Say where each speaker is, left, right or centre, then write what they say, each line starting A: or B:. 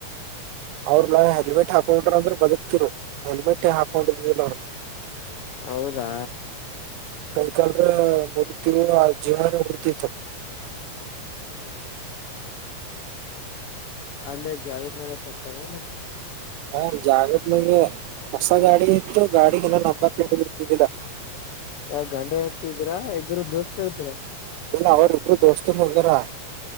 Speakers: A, on the right (about 85°); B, on the left (about 85°).
A: ಅವ್ರಲ್ಲಾ ಹೆಲ್ಮೆಟ್ ಹಾಕೊಂಡ್ರ ಅಂದ್ರ ಬದುಕ್ತಿರು ಹೆಲ್ಮೆಟ್ ಹಾಕೊಂಡೀರ್ಲಿಲ್ಲ ಅವ್ರು.
B: ಹೌದಾ
A: ಕೈಕಾಲ್ರ ಮುರಿತಿವ್ ಆ ಜೀವಾನೆ ಹೋಗ್ಬಿಡತಿತ್ತು.
B: ಹ್ಮ ಅಲ್ಲೇ ಜಾಗದ ಮ್ಯಾಲೆ ಸತ್ತನೇನ.
A: ಆ ಜಾಗದ ಮ್ಯಾಗೆ ಹೊಸ ಗಾಡಿ ಇತ್ತು ಗಾಡಿ ಇನ್ನ ನಂಬರ್ ಪ್ಲೇಟೆ ಇದ್ದಿದಿಲ್ಲ.
B: ಆ ಗಂಡ ಹೆಂಡ್ತಿ ಇದ್ರ ಇಬ್ರು ದೋಸ್ತರ ಇದ್ರ.
A: ಇಲ್ಲ ಅವ್ರ ಇಬ್ರೂ ದೊಸ್ತೂರು ಹೋಗ್ಯರ.